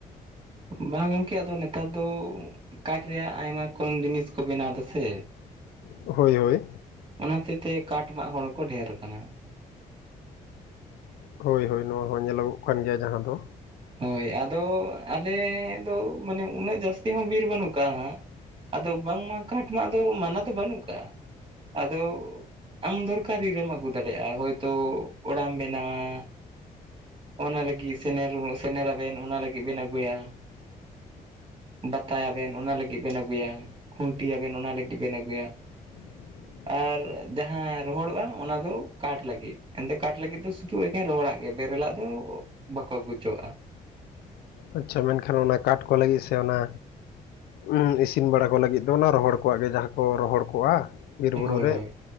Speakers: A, on the right; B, on the left.
A: ᱵᱟᱝ ᱜᱚᱝᱠᱮ ᱟᱫᱚ ᱱᱮᱛᱟᱨ ᱫᱚ ᱠᱟᱴ ᱨᱮᱭᱟᱜ ᱟᱭᱢᱟ ᱠᱚᱢ ᱡᱤᱱᱤᱥ ᱠᱚ ᱵᱮᱱᱟᱣᱫᱟ ᱥᱮ
B: ᱦᱳᱭ ᱦᱳᱭ᱾
A: ᱚᱱᱟ ᱦᱚᱛᱮᱜ ᱛᱮ ᱠᱟᱴ ᱢᱟᱜ ᱦᱚᱲ ᱠᱚ ᱰᱷᱮᱨ ᱟᱠᱟᱱᱟ᱾
B: ᱦᱳᱭ ᱦᱳᱭ ᱱᱚᱣᱟ ᱦᱚᱸ ᱧᱮᱞᱚᱜᱚᱜ ᱠᱟᱱ ᱜᱮᱭᱟ ᱡᱟᱦᱟᱸ ᱫᱚ᱾
A: ᱦᱳᱭ ᱟᱫᱚ ᱟᱞᱮ ᱫᱚ ᱢᱟᱱᱮ ᱩᱱᱟᱹᱜ ᱡᱟᱹᱥᱛᱤ ᱦᱚᱸ ᱵᱤᱨ ᱵᱟᱹᱱᱩᱜ ᱠᱟᱜ-ᱟ ᱦᱟᱸᱜ᱾ ᱟᱫᱚ ᱵᱟᱝᱢᱟ ᱠᱟᱴ ᱢᱟᱜ ᱫᱚ ᱢᱟᱱᱟ ᱫᱚ ᱵᱟᱹᱱᱩᱜ ᱠᱟᱜ-ᱟ᱾ ᱟᱫᱚ ᱟᱢ ᱫᱚᱨᱠᱟᱨᱤ ᱨᱮᱢ ᱟᱹᱜᱩ ᱫᱟᱲᱮᱜ-ᱟ, ᱦᱳᱭᱛᱚ ᱚᱲᱟᱜ ᱮᱢ ᱵᱮᱱᱟᱣᱟ ᱚᱱᱟ ᱞᱟᱹᱜᱤᱫ ᱥᱮᱱᱮᱨ, ᱥᱮᱱᱨᱟᱵᱮᱱ ᱚᱱᱟ ᱞᱟᱹᱜᱤᱫ ᱵᱮᱱ ᱟᱹᱜᱩᱭᱟ᱾ ᱵᱟᱛᱟᱭᱟᱵᱮᱱ ᱚᱱᱟ ᱞᱟᱹᱜᱤᱫ ᱵᱮᱱ ᱟᱹᱜᱩᱭᱟ᱾ ᱠᱷᱩᱱᱴᱤ ᱟᱵᱮᱱ ᱚᱱᱟ ᱞᱟᱹᱜᱤᱫ ᱵᱮᱱ ᱟᱹᱜᱩᱭᱟ᱾
B: <inaudible>
A: ᱟᱨ ᱡᱟᱦᱟᱸ ᱨᱚᱦᱚᱲᱚᱜ-ᱟ ᱚᱱᱟ ᱫᱚ ᱠᱟᱴ ᱞᱟᱹᱜᱤᱫ᱾ ᱮᱱᱛᱮ ᱠᱟᱴ ᱞᱟᱹᱜᱤᱫ ᱫᱚ ᱥᱩᱫᱷᱩ ᱮᱠᱟᱱ ᱨᱚᱦᱚᱲᱟᱜ ᱜᱮ ᱵᱮᱨᱮᱞᱟᱜ ᱫᱚ ᱵᱟᱠᱚ ᱟᱜᱩᱪᱚᱜ-ᱟ᱾
B: ᱟᱪᱪᱷᱟ, ᱢᱮᱱᱠᱷᱟᱱ ᱚᱱᱟ ᱠᱟᱴ ᱠᱚ ᱞᱟᱹᱜᱤᱫ ᱥᱮ ᱚᱱᱟ ᱩᱸᱻ ᱤᱥᱤᱱ ᱵᱟᱲᱟ ᱠᱚ ᱞᱟᱹᱜᱤᱫ ᱫᱚ ᱚᱱᱟ ᱨᱚᱦᱚᱲ ᱠᱚᱣᱟᱜ ᱜᱮ ᱡᱟᱦᱟᱸ ᱠᱚ ᱨᱚᱦᱚᱲ ᱠᱚᱜ-ᱟ᱾ ᱵᱤᱨ ᱵᱩᱨᱩ
A: ᱦᱳᱭ
B: ᱨᱮ,
A: ᱦᱳᱭ